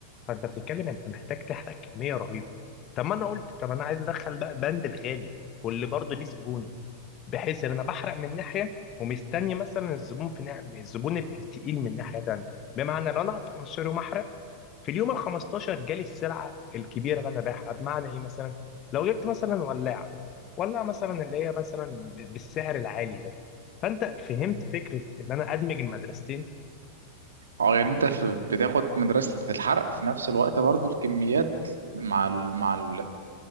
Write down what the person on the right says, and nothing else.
اه يعني انت في بتاخد مدرسة الحرق في نفس الوقت برضو الكميات مع ال مع ال